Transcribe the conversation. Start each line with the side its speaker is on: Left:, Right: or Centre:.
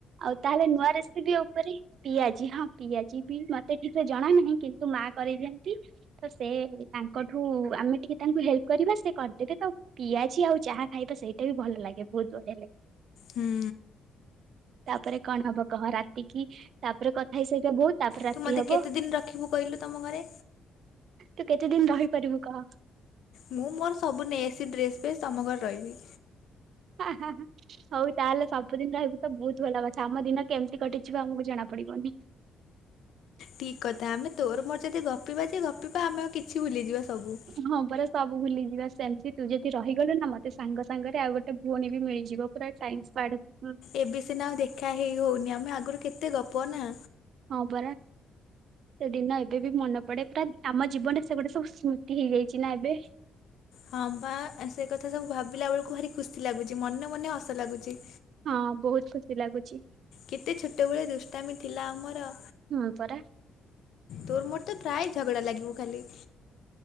Right: ଆଉ ତାହେଲେ ନୂଆ ରେସିପି ଉପରେ। ପିଆଜି ହଁ ପିଆଜି ବି ମତେ ଠିକ୍ ଜଣା ନାହିଁ କିନ୍ତୁ ମା କରି ଦିଅନ୍ତି। ତ ସେ ତାଙ୍କଠୁ ଆମେ ଟିକେ ତାଙ୍କୁ ହେଲ୍ପ କରିବା ସେ କରିଦେଲେ ତ। ପିଆଜି ଆଉ ଚାହା ଖାଇବା ସେଇଟା ବି ଭଲ ଲାଗେ। ବହୁତ ବଢିଆ ଲାଗେ।
Left: ହୁଁ
Right: ତାପରେ କଣ ହବ କହ? ରାତି କିି ତାପରେ ଖାଇ ସାରିବା <unintelligible> ତାପରେ ରାତି
Left: ତୁ ମୋତେ
Right: ହବ।
Left: କେତେ ଦିନ ରଖିବୁ କହିଲୁ ତମ ଘରେ?
Right: ତୁ କେତେ ଦିନ ରହିପାରିବୁ କହ?
Left: ମୁଁ, ମୋର ସବୁ ନେଇ ଆସିବି ଡ୍ରେସ୍ ଫେସ୍, ତମ ଘରେ ରହିବି।
Right: ହା ହା। ହଉ ତାହେଲେ ସବୁଦିନ ରହିବୁ ତ ବହୁତ ଭଲ କଥା। ଆମ ଦିନ କେମିତି କଟିଯିବ ଆମକୁ ଜଣା ପଡିବନି।
Left: ଠିକ୍ କଥା ଆମେ ତୋର ମୋର ଯଦି ଗପିବା ଯେ ଗପିବା ଆମେ ଆଉ କିଛି ଭୁଲିଯିବା ସବୁ।
Right: ହଁ ପରା ସବୁ ଭୁଲିଯିବା। ସେମିତି ତୁ ଯଦି ରହିଗଲୁ ନା ମତେ ସାଙ୍ଗ ସାଙ୍ଗରେ ଆଉ ଗୋଟେ ଭଉଣୀ ବି ମିଳିଯିବ। ପୁରା ଟାଇମ। <unintelligible>
Left: ଏବେ ସିନା ଆଉ ଦେଖା ହେଇ ହଉନି ଆମେ ଆଗରୁ କେତେ ଗପ ନା।
Right: ହଁ ପରା। ସେଦିନ ଏବେ ବି ମନ ପଡେ। ପୁରା ଆମ ଜୀବନରେ ସେ ଗୋଟେ ସବୁ ସ୍ମୃତି ହେଇଯାଇଛି ନା ଏବେ।
Left: ହଁ ପା। ସେ କଥା ସବୁ ଭାବିଲା ବେଳକୁ ଭାରି ଖୁସି ଲାଗୁଚି ମନେ ମନେ ହସ ଲାଗୁଚି।
Right: ହଁ ବହୁତ ଖୁସି ଲାଗୁଚି।
Left: କେତେ ଛୋଟବେଳେ ଦୁଷ୍ଟାମୀ ଥିଲା ଆମର।
Right: ହଁ ପରା।
Left: ତୋର ମୋର ତ ପ୍ରାୟ ଝଗଡା ଲାଗିବୁ ଖାଲି।